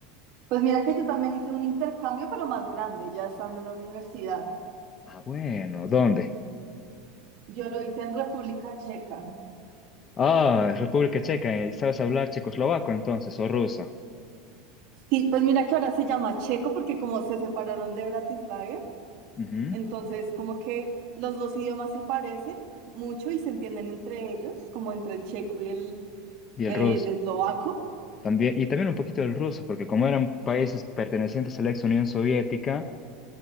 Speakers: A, on the right (about 40°); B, on the left (about 20°).
A: Pues mira que yo también hice un intercambio, pero más grande, ya estando en la universidad.
B: Ah, bueno, ¿dónde?
A: Yo lo hice en República Checa.
B: Ah, República Checa. ¿Y sabes hablar checoslovaco entonces o ruso?
A: Sí, pues mira que ahora se llama Checo porque como se separaron de Bratislava,
B: Ujú.
A: Entonces, como que los dos idiomas se parecen mucho y se entienden entre ellos, como entre el checo y el,
B: ¿Y el
A: el
B: ruso?
A: eslovaco.
B: También, y también un poquito del ruso, porque como eran países pertenecientes a la ex Unión Soviética,